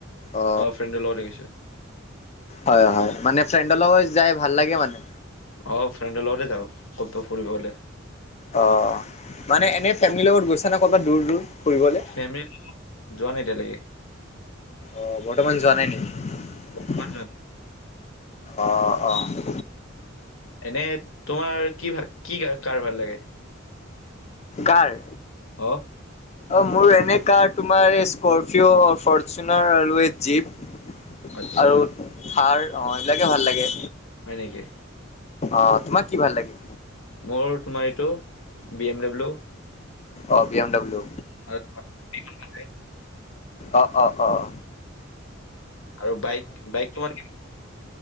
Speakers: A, on the left; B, on the left.
A: অ
B: অঁ ফ্ৰেণ্ডৰ লগতে গৈছোঁ।
A: হয় হয় মানে ফ্ৰেণ্ডৰ লগত যাই ভাল লাগে মানে।
B: অ ফ্ৰেণ্ডৰ লগতে যাওঁ ক'ৰবাত ফুৰিব গ'লে।
A: অ মানে এনেই ফেমিলিৰ লগত গৈছা নে কৰ'বাত দূৰ দূৰ? ফুৰিবলে
B: ফেমিলি লগত যোৱা নাই এতিয়ালেকে।
A: অহ বৰ্তমান যোৱা নাই নেকি?
B: কিমান যোৱা
A: অঁ অঁ।
B: এনেই তোমাৰ কি ভাল কি গা কাৰ ভাল লাগে?
A: কাৰ?
B: অহ।
A: অঁ মোৰ এনে কাৰ তোমাৰ এই স্কৰ্পিয়, ফৰ্চোনাৰ আৰু এই জিপ।
B: আচ্ছা
A: আৰু
B: হয়
A: থাৰ অঁ এইবিলাকে ভাল লাগে।
B: হয় নেকি?
A: অঁ তোমাৰ কি ভাল লাগে?
B: মোৰ তোমাৰ এইটো বি এম ডব্লিউ।
A: অঁ বি এম ডব্লিউ।
B: আৰু <unintelligible>
A: অঁ অঁ অঁ অঁ।
B: আৰু বায়েক বায়েক তোমাৰ কি